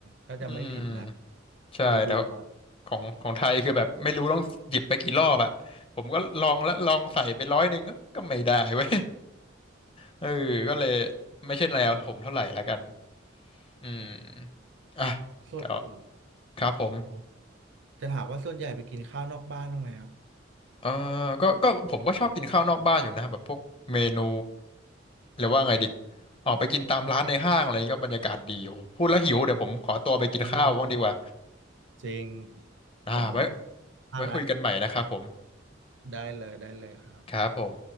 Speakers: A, on the right (about 65°); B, on the left (about 30°).
A: ถ้าจะไม่ผิดนะ
B: อืมใช่แต่
A: ดูดูมา
B: ของของไทยคือแบบไม่รู้ต้องหยิบไปกี่รอบอ่ะผมก็ลองแล้วลองใส่ไปร้อยหนึ่งก็ก็ไม่ได้เว้ยเออก็เลยไม่ใช่แนวผมเท่าไหร่ละกันอืม
A: ใช่
B: อ่ะเดี๋ยว
A: ส่วนใหญ่
B: ครับผม
A: ครับจะถามว่าส่วนใหญ่ไปกินข้าวนอกบ้านบ้างไหมครับ
B: เออก็ก็ผมก็ชอบกินข้าวนอกบ้านอยู่นะแบบพวกเมนูเรียกว่าไงดีออกไปกินตามร้านในห้างอะไรก็บรรยากาศดีโอ้โหพูดแล้วหิวเดี๋ยวผมขอตัวไปกินข้าวบ้างดีกว่า
A: เออจริง
B: อ่าไว้
A: ผมพลาดละ
B: ไว้คุยกันใหม่นะครับผม
A: ได้เลยได้เลยครับ
B: ครับผม